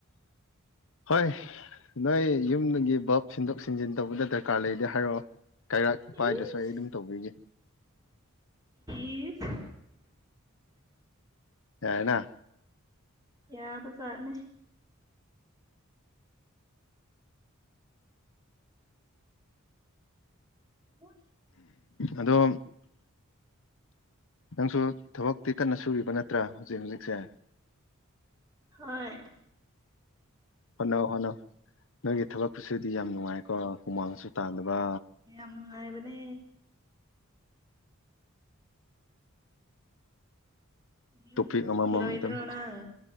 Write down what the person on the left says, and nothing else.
ꯍꯣꯏ ꯅꯣꯏ ꯌꯨꯝꯒꯤ ꯕꯞ ꯁꯤꯟꯗꯣꯛ ꯁꯤꯟꯖꯤꯟ ꯇꯧꯕꯗ ꯗꯔꯀꯥꯔ ꯂꯩꯗꯦ ꯍꯥꯏꯔꯛꯑꯣ ꯀꯩꯔꯥꯛ ꯄꯥꯏꯗꯁꯨ
ꯑꯩ ꯑꯗꯨꯝ ꯇꯧꯕꯤꯒꯦ
ꯌꯥꯏꯅ
ꯑꯗꯣ ꯅꯪꯁꯨ ꯊꯕꯛꯇꯤ ꯀꯟꯅ ꯁꯨꯔꯤꯕ ꯅꯠꯇ꯭ꯔꯥ ꯍꯧꯖꯤꯛ ꯍꯧꯖꯤꯛꯁꯦ
ꯍꯣꯠꯅꯧ ꯍꯣꯠꯅꯧ ꯅꯣꯏꯒꯤ ꯊꯕꯛ ꯈꯨꯠꯁꯨꯗꯤ ꯌꯥꯝ ꯅꯨꯡꯉꯥꯏꯀꯣ ꯍꯨꯃꯥꯡꯁꯨ ꯇꯥꯜꯂꯕ
ꯇꯣꯄꯤꯛ
ꯑꯃꯃꯝ ꯑꯗꯨꯝ